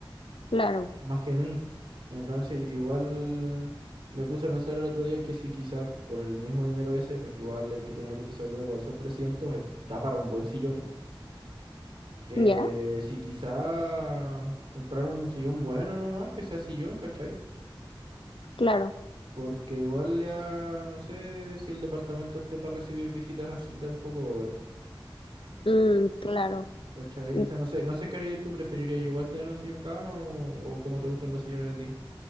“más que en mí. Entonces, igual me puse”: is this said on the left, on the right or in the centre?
Right